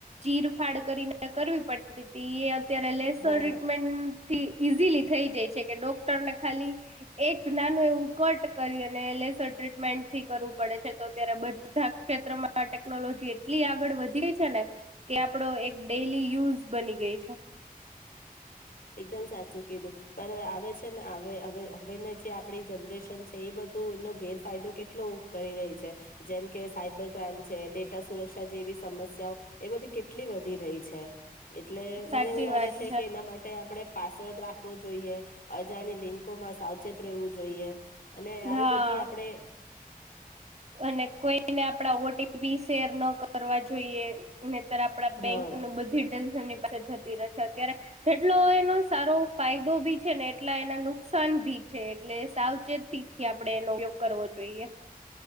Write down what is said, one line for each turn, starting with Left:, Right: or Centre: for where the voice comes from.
Right: ચીરફાડ કરીને કરવી પડતી હતી એ ત્યારે લેસ
Left: હા
Right: ટ્રીટમેન્ટ થી ઈઝીલી થઈ જાય છે કે ડોક્ટરને ખાલી એક નાનું એવું કટ કરી અને લેસર ટ્રીટમેન્ટ થી કરવું પડે છે તો ત્યારે બધા ક્ષેત્રમાં ટેકનોલોજી એટલી આગળ વધી છે ને કે આપડો એક ડેલી યુઝ બની ગય છે
Left: એકદમ સાચું કીધું પણ આવે છે ને હવે હવે ન જે આપડી જનરેશન છે એ બધું એનો ગેરફાયદો કેટલો કરી રહી છે જેમ કે સાયબર ક્રાઈમ છે ડેટા સુરક્ષા જે એવી સમસ્યાઓ એ બધી કેટલી વધી રહી છે એટલે મને
Right: સાચી
Left: એવું લાગે
Right: વાત
Left: છે કે એના માટે આપડે પાસવર્ડ રાખવો જોઈએ અજાણી લિંકોમાં સાવચેત રહેેવું જોઈએ. અને આવી
Right: હા
Left: બધી આપડે
Right: અને કોઈને આપડા ઓટીપી શેર ન કરવા જો ઈએ નેતર આપડા બેંકની
Left: હા
Right: બધી ટેલ્સ એની પા જતી રહે છે અત્યારે જેટલો એનો સારો ફાયદો ભી છે ને એટલા એને નુકસાન ભી ચે એટલે સાવચેતીથી આપડે એનો ઉપયોગ કરવો જોઈએ.